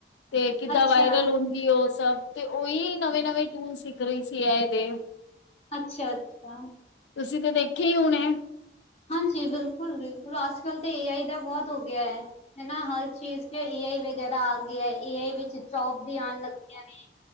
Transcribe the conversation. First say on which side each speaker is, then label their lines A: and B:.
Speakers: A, on the left (about 85°); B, on the left (about 35°).
A: ਤੇ ਕਿੱਦਾਂ
B: ਅੱਛਾ
A: ਵਾਇਰਲ ਤੇ ਉਹ ਸਭ ਤੇ ਉਹੀ ਨਵੇਂ- ਨਵੇਂ ਟੂਲ ਸਿੱਖ ਰਹੀ ਸੀ ਐ ਇਹਦੇ।
B: ਅੱਛਾ- ਅੱਛਾ।
A: ਤੁਸੀਂ ਤੇ ਦੇਖੇ ਹੀ ਹੁਣੇ।
B: ਹਾਂਜੀ ਬਿਲਕੁੱਲ- ਬਿਲਕੁੱਲ ਅੱਜ ਕਲ ਤਾਂ ਏ ਆਈ ਦਾ ਬਹੁਤ ਹੋ ਗਿਆ ਹੈ। ਹਨਾ ਹਰ ਚੀਜ਼ ਚ ਏ ਆਈ ਵਗੈਰਾ ਆ ਗਿਆ ਐ, ਏ ਆਈ ਵਿੱਚ ਜੋਬ ਵੀ ਆਉਣ ਲੱਗੀਆਂ ਨੇ।